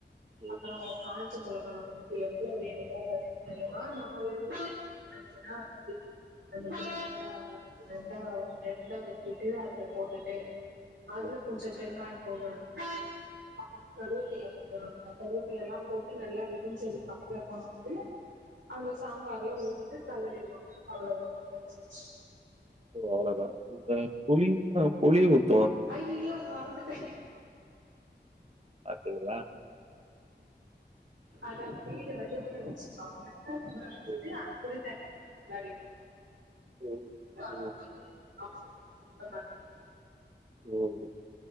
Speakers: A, on the right (about 35°); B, on the right (about 75°).
A: ம்.
B: அப்றோ காஞ் ச்சமிளகா அந்த மார் எவ்ளோ வேணுமோ <unintelligible> நாலு அஞ்சுனா அஞ்சு அந்த <inaudible> லா ரெண்டா ரெண்டா வெட்டிட்டு அதுல போட்டுட்டு அதுல
A: ம்.
B: கொஞ்ச பெருங்காயம் <inaudible> அப்றோ கருவேப்பில போடணு அ கருவேப்பிலல்லா போட்டு நல்லா வெடுஞ்சதுக் கப்றமா வந்து அந்த சாம்பார்ல ஊத்திட்டு கலறிடுவாங்க அவ்ளோதா முடிஞ்சிச்சி
A: ஓ அவ்ளோதா இந்த புளி ஹா புளிவுத்
B: அய்யிய்யோ மறந்துட்ட
A: பாத்தீங்களா?
B: அத அப்பயே வந்து ஊற வச்சிருவாங்க அ ஊற வச்சுட்டு
A: ம்.
B: அது கூட தனி நரிக்
A: ம்.
B: சாகும்
A: ம்.
B: போது அவசரத்துல சொல்ல மறந்துட்ட
A: ம்ம்